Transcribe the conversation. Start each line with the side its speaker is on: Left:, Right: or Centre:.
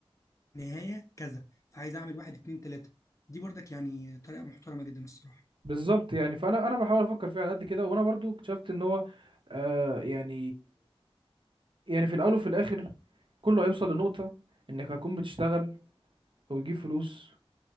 Left: نهايه كذا فعايز اعمل واحد اتنين تلاته دي برضك يعني طريقه محترمه جدا الصراحه
Right: بالظبط يعني فانا انا بحاول افكر فيها على قد كده وانا برضو اكتشفت ان هو آه يعني يعني في الاول وفي الاخر كله هيوصل لنقطه انك هتكون بتشتغل وبتجيب فلوس